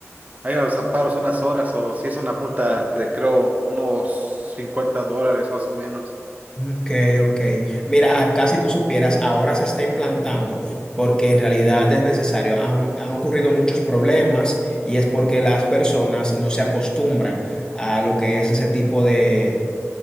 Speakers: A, on the right (about 30°); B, on the left (about 15°).
A: a ir a los amparos unas horas o si es una multa de creo unos 50 dólares más o menos.
B: Ok, ok. Mira, acá si tú supieras, ahora se está implantando porque en realidad es necesario. Han, han ocurrido muchos problemas y es porque las personas no se acostumbran a lo que es ese tipo de...